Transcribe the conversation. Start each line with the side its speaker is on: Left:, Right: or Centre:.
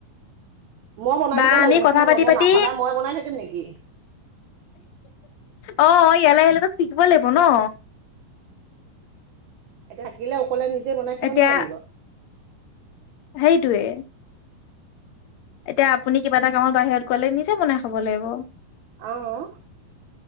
Right: মই বনাই
Left: বা
Right: দিব
Left: আমি
Right: লাগে, মচো
Left: কথা
Right: মই
Left: পাতি
Right: নবনাও
Left: পাতি
Right: সদাই মইয়ে বনাই থাকিম নেকি?
Left: অ' ইয়ালৈ আহিলে তো শিকিব লাগিব ন। <inaudible>
Right: এতিয়া থাকিলে অকলে নিজে বনাই খাব
Left: এতিয়া
Right: নালাগিব।
Left: সেইটোৱে। এতিয়া আপুনি কিবা এটা কামত বাহিৰত গ'লে নিজে বনাই খাব লাগিব।
Right: অহ'